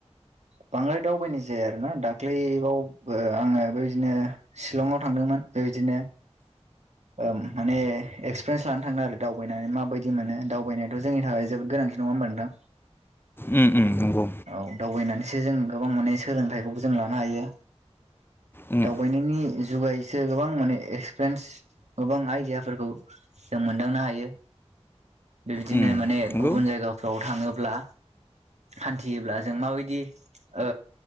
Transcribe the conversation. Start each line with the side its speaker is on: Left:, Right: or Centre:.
Right: बांद्राय दावबायनाय जाया आरोना दाख्लैबावबो आङो बेबायदिनो सिलंआव थांदोंमोन। मोन बेबायदिनो। ओ माने एक्सपिरियेन्स लानो थाङो आरो दावबायनानै माबायदि मोनो दावबायनायाथ' जोंनि थाखाय जोबोद गोनां <unintelligible> नङा होमबा नोंथां
Left: उम उम नंगौ
Right: औ दावबायनानैसो जों गोबां माने सोलोंथाइखौबो जों लानो हायो।
Left: उम
Right: दावबायनायनि जुगायैसो गोबां माने एक्सप्रेन्स गोबां आइडियाफोरखौ जों मोनदांनो हायो। बेबायदिनो
Left: उम
Right: माने
Left: नंगौ
Right: गुबुन जायगाफोराव थाङोब्ला हान्थियोब्ला जों माबायदि ओ